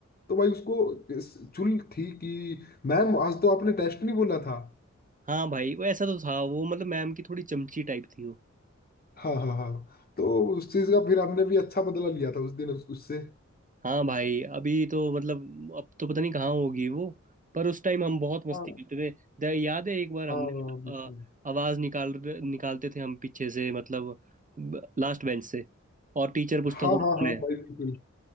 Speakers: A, on the left; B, on the right.
A: तो भाई उसको इस- चुल थी कि मैम आज तो आपने टेस्ट नहीं बोला था
B: हाँ भाई वो ऐसा तो था वो मतलब मैम की थोड़ी चमची टाइप थी वो
A: हाँ हाँ हाँ तो उस चीज का फिर हमने भी अच्छा बदला लिया था उस दिन उस- उससे
B: हाँ भाई अभी तो मतलब अब तो पता नहीं कहाँ होगी वो पर उस टाइम हम बहुत मस्ती
A: हाँ
B: करते थे द- याद है एक बार हमने
A: हाँ
B: मतलब
A: बिल्कुल
B: अ, आवाज निकाल निकालते थे हम पीछे से मतलब लास्ट बेंच से और टीचर पूछता
A: हाँ
B: था
A: हाँ
B: कौन
A: हाँ
B: है
A: भाई बिल्कुल